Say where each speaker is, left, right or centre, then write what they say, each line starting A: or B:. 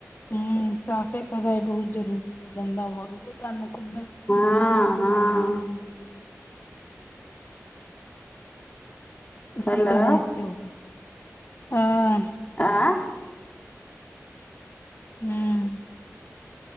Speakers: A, on the left; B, on the left.
A: हम्म साफे करैइ बहुत जरूरी छैय गन्दा भऽ गेल कान खुब्बे
B: हँ हँ
A: इसी
B: हेलो
A: कहै एते व छैय हँ
B: आँ
A: हूँ